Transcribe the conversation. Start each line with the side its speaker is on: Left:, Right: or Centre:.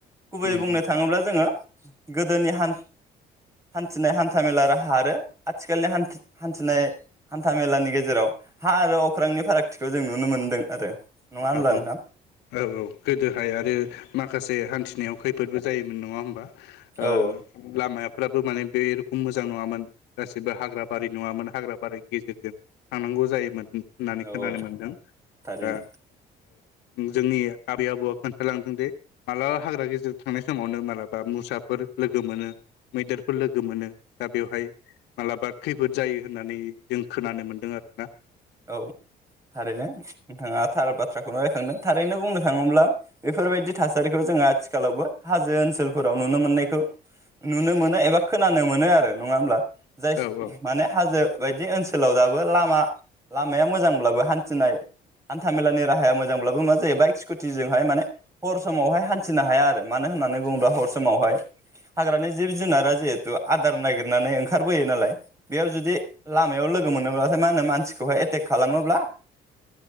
Right: गुबैयै
Left: उम
Right: बुंनो
Left: उम
Right: थाङोब्ला जोङो गोदोनि हानथिनाय हानथा मेला राहा आरो हा आरो आथिखालनि हानथिनाय हानथा मेलानि गेजेराव हा आरो अख्रांनि फारागथिखौ जों नुनो मोनदों आरो नङा होमब्ला
Left: औ औ
Right: नोंथां
Left: औ औ गोदोहाय आरो माखासे हानथिनायाव खैफोदबो जायो नङा होनबा ओ
Right: औ
Left: लामाया लामाफ्राबो माने बे मोजां नङामोन गासिबो हाग्रा बारि नङामोन हाग्रा बारिनि गेजेरजों थांनांगौ जायोमोन होननानै
Right: औ
Left: खोनानो
Right: औ
Left: मोनदों
Right: थारैनो
Left: दा जोंनि आबै आबौआ खोन्थालांदों दिे मालाबा हाग्रा गेजेर थांनाय समावनो मालाबा मोसाफोर लोगो मोनो मैदेरफोर लोगो मोनो दा बेवहाय मालाबा खैफोद जायो होननानै जों खोनानो मोन्दों आरोना
Right: औ थारैनो नोंथाङा थार बाथ्राखौनो रायखांदों थारैनो बुंनो थाङोब्ला बेफोरबायदि थासारिखौ जोङो आथिखालावबो हाजो ओनसोलफोराव नुनो मोननायखौ नुनो मोनो एबा खोनानो मोनो आरो नङा होमब्ला
Left: औ
Right: जाय
Left: औ
Right: माने हाजो बेबायदि ओनसोलाव दाबो लामा लामाया मोजांब्लाबो हान्थिनाय हान्थाामेलानि राहाया मोजांब्लाबो मा जायो बाइक स्कुटिजोंहाय माने हर समावहाय हान्थिनो हाया आरो मानो होननानै
Left: हान्थिनो
Right: बुङोब्ला
Left: हाया
Right: हर समावहाय
Left: औ
Right: हाग्रानि जिब जुनारा जिहेथु आदार नागिरनानै ओंखारबोयो नालाय बेयाव जुदि लामायाव लोगो लोगो मोनोब्लाथाय मा होनो मानसिखौ खौहाय एटेक खालामोब्ला